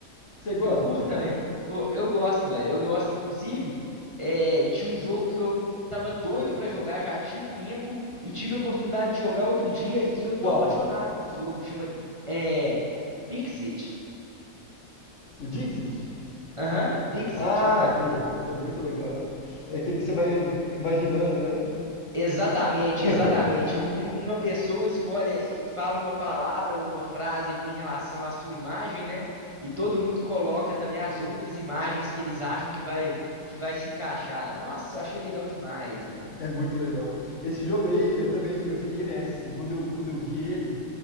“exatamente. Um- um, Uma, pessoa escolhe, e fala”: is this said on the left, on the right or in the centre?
Right